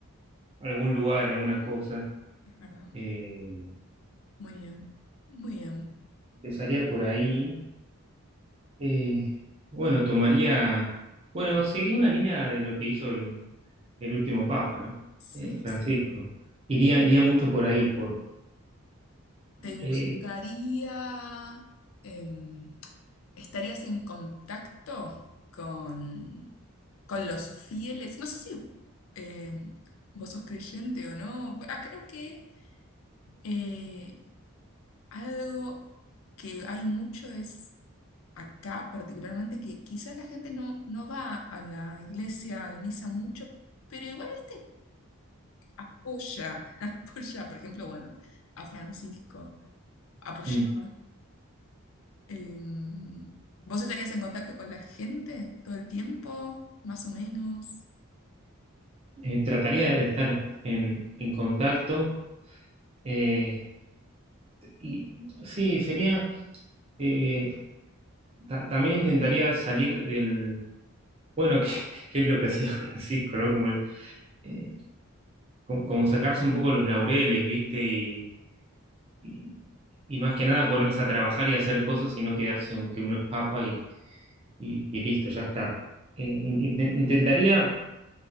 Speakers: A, on the right; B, on the left.
A: algún lugar, alguna cosa.
B: es verdad.
A: eh,
B: Muy bien. Muy bien.
A: empezaría por ahí. eh, bueno, tomaría, bueno, seguiría una línea de lo que hizo el, el último papa, ¿no?
B: Sí,
A: Eh, Francisco.
B: sí.
A: Iría, iría mucho por ahí, por
B: ¿Te gustaría,
A: eh,
B: em, estarías en contacto con, con los fieles? No sé si em, vos sos creyente o no. Ah, creo que eh, Algo que hay mucho es acá particularmente que quizás la gente no, no va a la iglesia, a la misa mucho, pero igual este apoya, <laughs> apoya, por ejemplo, bueno, a Francisco, apoyaba.
A: mm,
B: Eh, ¿vos estarías en contacto con la gente todo el tiempo, más o menos?
A: eh, trataría de estar en, en contacto. eh, y sí, sería eh, ta- también intentaría salir del, bueno, <laughs> qué que es lo que hacía Francisco, ¿no? Como el, eh, como, como sacarse un poco los laureles, ¿viste? Y, y- y más que nada ponerse a trabajar y hacer cosas y no quedarse con que uno es papa y, y- y listo, ya está. Eh, in- inten- intentaría